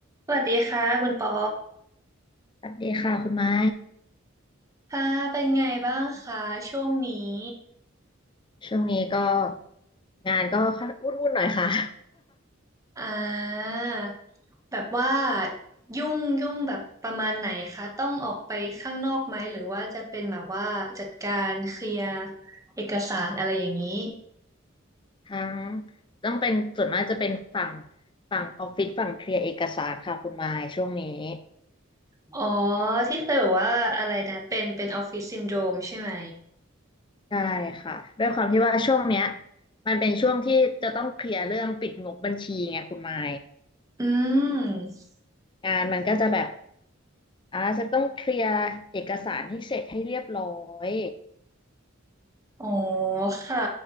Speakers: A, on the right; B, on the left.
A: สวัสดีค่ะคุณปอ
B: สวัสดีค่ะคุณไม้
A: ค่ะเป็นไงบ้างคะช่วงนี้
B: ช่วงนี้ก็งานก็วุ่นวุ่นหน่อยค่ะ
A: อ่าแบบว่ายุ่งยุ่งแบบประมาณไหนคะต้องออกไปข้างนอกไหมหรือว่าจะเป็นแบบว่าจัดการเคลียร์เอกสารอะไรอย่างนี้
B: <laughs> ทั้งต้องเป็นส่วนมากจะเป็นฝั่งฝั่งออฟฟิศฝั่งเคลียร์เอกสารค่ะคุณไม้ช่วงนี้
A: อ๋อที่เคยบอกว่าอะไรนะเป็นเป็นออฟฟิศซินโดรมใช่ไหม
B: ใช่ค่ะด้วยความที่ว่าช่วงเนี้ยมันเป็นช่วงที่จะต้องเคลียร์เรื่องปิดงบบัญชีไงคุณไม้
A: อืม
B: งานมันก็จะแบบอ่าจะต้องเคลียร์เอกสารให้เสร็จให้เรียบร้อย
A: อ๋อค่ะ